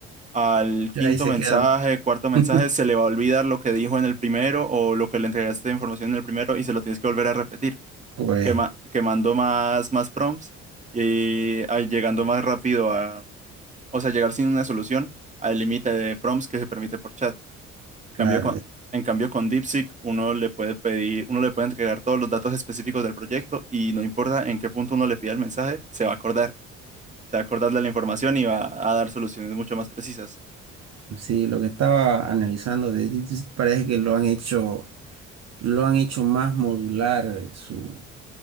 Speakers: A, on the right; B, on the right.
A: al quinto
B: Y Ahí se
A: mensaje,
B: queda.
A: cuarto mensaje,
B: <laughs>
A: se le va a olvidar lo que dijo en el primero o lo que le entregaste de información en el primero y se lo tienes que volver a repetir,
B: Pues
A: quema- quemando más, más prompts y ah, llegando más rápido a, o sea, llegar sin una solución al límite de prompts que se permite por chat.
B: claro,
A: Cambio con, en cambio, con DeepSeek uno le puede pedir, uno le puede entregar todos los datos específicos del proyecto y no importa en qué punto uno le pida el mensaje, se va a acordar. Se va a acordar de la información y va a dar soluciones mucho más precisas.
B: sí, lo que estaba analizando de DeepSeek parece que lo han hecho, lo han hecho más modular eh, su,